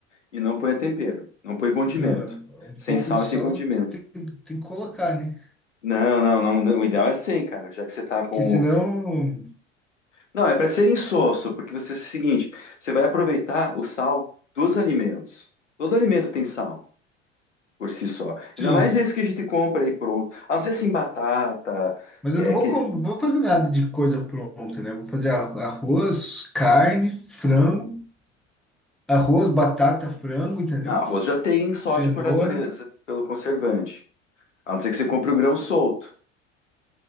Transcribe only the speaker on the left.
e não ponha tempero. Não põe condimento.
Sem
sal
e
sem condimento.
Não, não, não, não, O ideal é sem, cara, já que você tá com.
o- Não, é para ser insosso, porque você é o seguinte: você vai aproveitar o sal dos alimentos. Todo alimento tem sal por si só.
Ainda mais esse que a gente compra aí pronto. A não ser assim, batata,
é,
que...
ah, arroz já tem sódio
por natureza, pelo conservante. A não ser que você compre o grão solto.